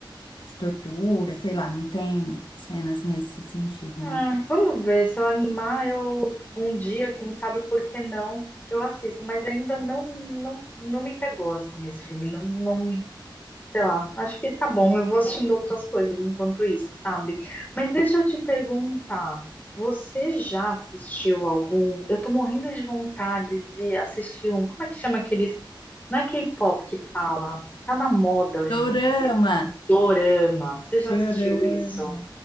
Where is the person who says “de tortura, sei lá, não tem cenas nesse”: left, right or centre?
Left